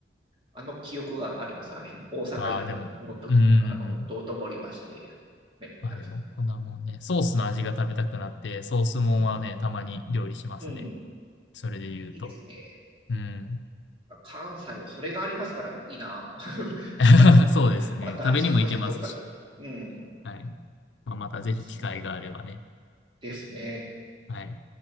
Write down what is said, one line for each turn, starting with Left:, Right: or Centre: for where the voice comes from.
Right: あの記憶があります。はい。大阪のと、
Left: ああ、でも、うんうんうん。
Right: あの、道頓堀橋で、ね、
Left: まあでも、
Right: あれ
Left: こんなもんね、ソースの味が食べたくなって、ソースもんはね、
Right: うん、
Left: たまに料理しますね。
Right: うん、
Left: それで言うと。
Right: いいですね。
Left: うん。
Right: 関西はそれがありますからね、いいな。<laughs>
Left: <laughs>
Right: また、
Left: そうですね。
Right: また引っ越しとか、
Left: 食べにも行けますし。
Right: うん、
Left: はい。まあ、またぜひ機会があればね。
Right: ですね。ですね。
Left: はい。